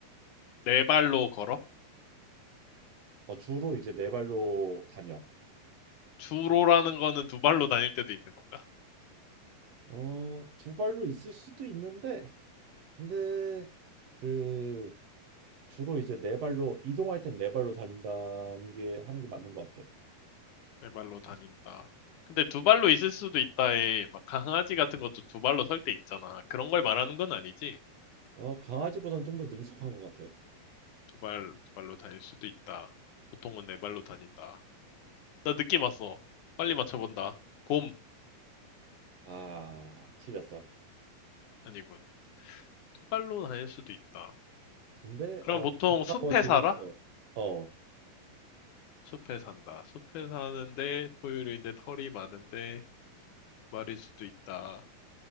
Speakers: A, on the left; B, on the right.
A: 네 발로 걸어?
B: 어, 주로 이제 네 발로 다녀.
A: 주로라는 거는 두 발로 다닐 때도 있는 건가?
B: 어, 두 발로 있을 수도 있는데, 근데 그 주로 이제 네 발로 이동할 땐 네 발로 달린다는 게 하는 게 맞는 것 같아.
A: 네 발로 다닌다. 근데 두 발로 있을 수도 있다에 막 강아지 같은 것도 두 발로 설 때 있잖아. 그런 걸 말하는 건 아니지.
B: 어, 강아지보단 좀 더 능숙한 것 같아.
A: 두 발, 두 발로 다닐 수도 있다. 보통은 네 발로 다닌다. 나 느낌 왔어. 빨리 맞춰본다. 곰
B: 아, 틀렸어.
A: 아니군. 두 발로 다닐 수도 있다.
B: 근데
A: 그럼
B: 어
A: 보통
B: 가까워지고
A: 숲에 살아?
B: 있어. 어,
A: 숲에 산다. 숲에 사는데 포유류인데 털이 많은데 두 발일 수도 있다.